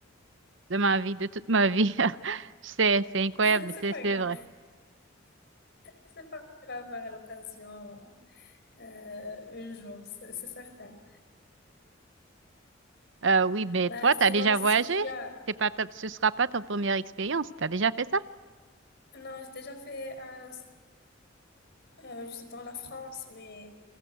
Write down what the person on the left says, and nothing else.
<laughs> C'est
pas grave.
C'est pas grave tu vas avoir l'occasion euh, un jour, c'est c'est certain.
Bah,
sinon,
si
tu as...
Non, j'ai déjà fait un... euh, juste dans la France, mais